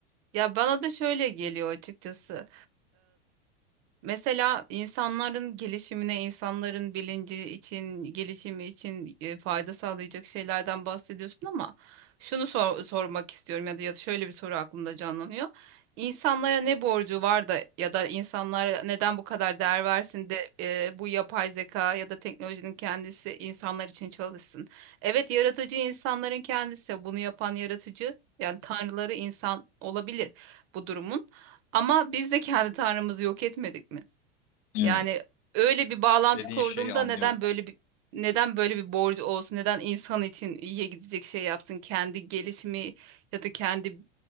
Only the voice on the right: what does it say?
Ya bana da şöyle geliyor açıkçası. Mesela insanların gelişimine, insanların bilinci için, gelişimi için e, fayda sağlayacak şeylerden bahsediyorsun ama şunu sor- sormak istiyorum ya da, ya da şöyle bir soru aklımda canlanıyor. İnsanlara ne borcu var da ya da insanlara neden bu kadar değer versin de e, bu yapay zeka ya da teknolojinin kendisi insanlar için çalışsın. Evet yaratıcı insanların kendisi bunu yapan yaratıcı yani tanrıları insan olabilir bu durumun ama biz de kendi tanrımızı yok etmedik mi?
Yani öyle bir bağlantı
kurduğumda
neden böyle bir neden böyle bir borcu olsun? Neden insan için iyiye gidecek şey yapsın? Kendi gelişimi ya da kendi